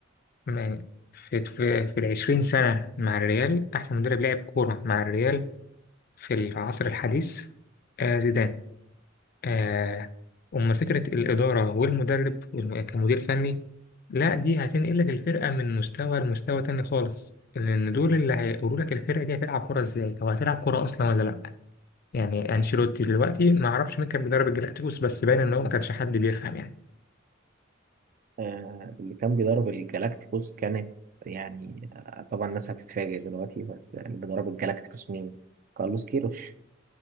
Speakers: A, on the left; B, on the right.
A: يعني في في, في العشرين سنة مع الريال أحسن مدرب لعب كورة مع الريال في العصر الحديث آه زيدان آه، أمال فكرة الإدارة والمدرب والم- كمدير فني لا دي هتنقل لك الفرقة من مستوى لمستوى تاني خالص لأن دول اللي هيقولوا لك الفرقة دي هتلعب كرة إزاي أو هتلعب كرة أصلا ولا لأ يعني أنشيلوتي دلوقتي ما أعرفش مين كان بيدرب الجلاكتيكوس بس باين إن هو ما كانش حد بيفهم يعني
B: آه، اللي كان بيدرب الجالاكتيكوس كانت يعني آه، طبعا الناس هتتفاجئ دلوقتي بس اللي بيدرب الجالاكتيكوس مين؟ كارلوس كيروش